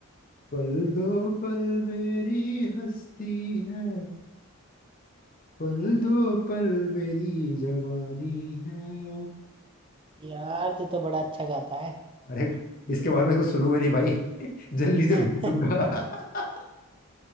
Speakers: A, on the left; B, on the right.
A: पल दो पल मेरी हस्ती है पल दो पल मेरी जवानी है
B: यार तू तो बड़ा अच्छा गाता है
A: अरे इसके बाद में इसको शुरू में नहीं भाई <laughs> जल्दी से
B: <laughs>
A: भेज दूंगा <laughs>